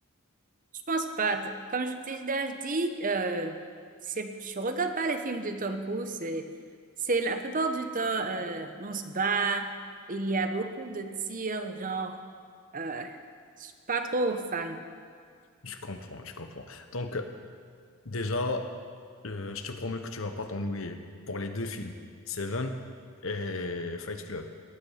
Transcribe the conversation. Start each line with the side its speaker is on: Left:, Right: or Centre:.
Right: Je pense pas. T- Comme je t'ai déjà dit, euh, c'est, je regarde pas les films de Tom Cruise. C'est, c'est la plupart du temps, euh, on se bat. Il y a beaucoup de tirs, genre, euh, je suis pas trop fan.
Left: Je comprends, je comprends. Donc, euh, déjà, euh, je te promets que tu vas pas t'ennuyer pour les deux films, Seven et Fight Club.